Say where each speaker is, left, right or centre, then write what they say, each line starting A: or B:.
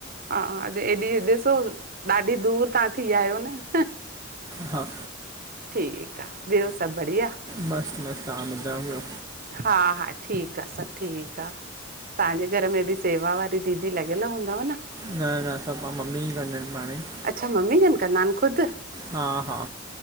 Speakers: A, on the right; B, on the right.
A: हा एॾी, ॾिसो ॾाढी दूर तां थी आयो न।
B: हा
A: ठीक आ, ॿियो सभु बढिया?
B: मस्त मस्त, तहा बुधां ब्यो?
A: हा हा ठीक आ, सब् ठीक आ तहांजे घर में बि सेवा वारी दीदी लॻियल हुंदव न?
B: न न सब कम मम्मी ई कंदियूं इनि पांण ई।
A: अच्छा मम्मी जन कन्दा हिनि, खुदि?
B: हा हा।